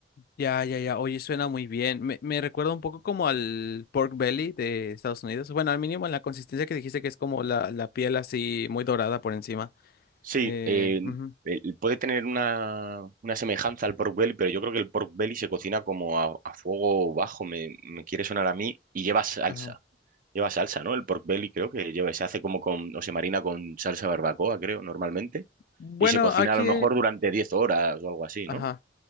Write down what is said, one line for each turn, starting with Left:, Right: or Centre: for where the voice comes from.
Left: Ya, ya, ya. Oye, suena muy bien. Me, me recuerda un poco como al pork belly de Estados Unidos. Bueno, al mínimo en la consistencia que dijiste que es como la, la piel así muy dorada por encima.
Right: Sí,
Left: Eh,
Right: eh,
Left: ujú,
Right: el- puede tener una, una semejanza al pork belly, pero yo creo que el pork belly se cocina como a, a fuego bajo, me, me quiere sonar a mí, y lleva salsa.
Left: ajá.
Right: Lleva salsa, ¿no? El pork belly creo que lleva, se hace como con, o se marina con salsa barbacoa, creo, normalmente,
Left: Bueno,
Right: y se cocina
Left: aquí,
Right: a lo mejor durante 10 horas o algo así,
Left: ajá.
Right: ¿no?